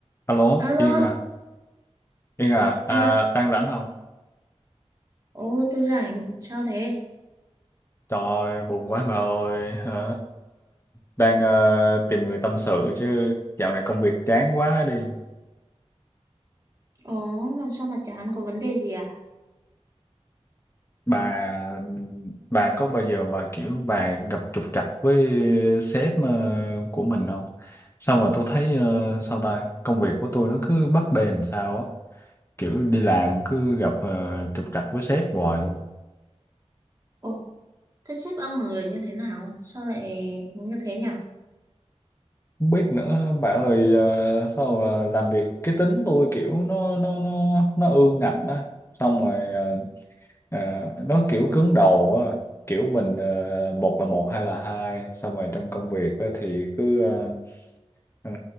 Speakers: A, on the left; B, on the right.
A: Alo,
B: Alo,
A: Yên à, Yên à, à
B: anh à,
A: đang rảnh không?
B: ồ tôi rảnh, sao thế?
A: Trời ơi, buồn quá bà ơi, hả? Đang ờ, tìm người tâm sự chứ dạo này công việc chán quá đi.
B: Ồ, làm sao mà chán có vấn đề gì à?
A: Bà bà có bao giờ mà kiểu bà gặp trục trặc với sếp ờ, của mình không? Sao mà tôi thấy ờ, sao ta, công việc của tôi nó cứ bấp bênh sao á, kiểu đi làm cứ gặp ờ, trục trặc với sếp hoài luôn.
B: Ồ, thế sếp ông là người như thế nào? Sao lại như thế nhỉ?
A: không biết nữa bạn ơi ờ, sao mà làm việc cái tính tôi kiểu nó nó nó nó ương ngạnh á xong rồi ờ, ờ, nó kiểu cứng đầu á kiểu mình ờ, một là một hai là hai xong rồi trong công việc á, thì cứ ờ, ờ,